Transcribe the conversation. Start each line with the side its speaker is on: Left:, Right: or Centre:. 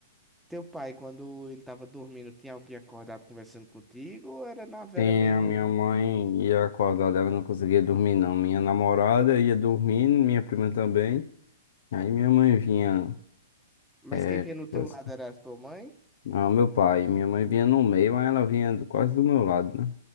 Centre: teu pai, quando ele tava dormindo, tinha alguém acordado conversando contigo? Ou era na Vera
Left: Sim,
Centre: mesmo?
Left: a minha mãe ia acordar dela, não conseguia dormir não. Minha namorada ia dormindo, minha prima também. Aí minha mãe vinha,
Centre: Mas
Left: é,
Centre: quem vinha no teu
Left: coisa-
Centre: lado era a tua mãe?
Left: não, meu pai, minha mãe vinha no meio, mas ela vinha do- quase do meu lado, né?